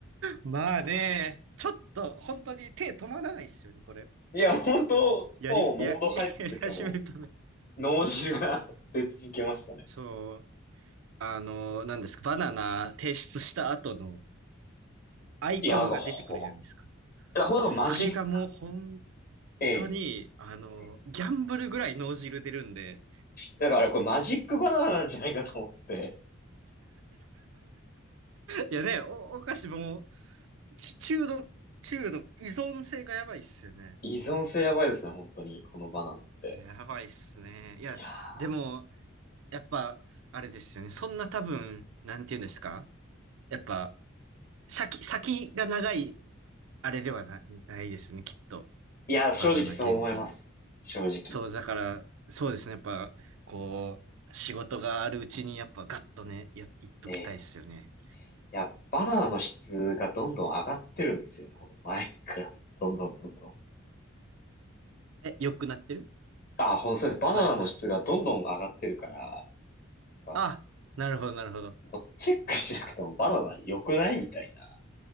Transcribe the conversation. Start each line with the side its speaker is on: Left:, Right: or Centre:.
Right: まあね、ちょっと本当に手止まらないですよね、これ。
Left: いや、本当もうモード入った時はも
Right: やり、や、<laughs> やり始めるとね。
Left: う、脳汁が <laughs> 出続けましたね。
Right: そう、あの何ですか、バナナ提出した後のアイコンが出てくるじゃないですか。
Left: いや、なんかほ、ほんとなんかマジック、
Right: あれがもう本
Left: え
Right: 当に、あの、
Left: え。
Right: ギャンブルぐらい脳汁出るんで。
Left: だからこれマジックバナナなんじゃないかと思って。
Right: いやね、お、お菓子もう、ち中毒、中毒、依存性がやばいっすよね。
Left: 依存性やばいですね、本当に。このバナナって。
Right: やばいっすね。いや、
Left: いやー、
Right: でも、やっぱ、あれですよね。そんな多分、なんて言うんですかやっぱ、先、先が長い、あれではな、ないですよね、きっと。
Left: いやー正直そう思います。
Right: バナナ検品。
Left: 正直。
Right: そう、だから、そうですね。やっぱ、こう、仕事があるうちに、やっぱ、ガッとね、や、いっときたいっすよね。
Left: ええいや、バナナの質がどんどん上がってるんですよね、本当前に比べて。どんどんどんどん。
Right: え、良くなってる
Left: あ、ほんとそうです。バナナの質がどんどん上がってるから、
Right: 悪くなっ、
Left: なんか、
Right: あ、なるほど、なるほど。
Left: もうチェックしなくてもバナナ良くないみたいな。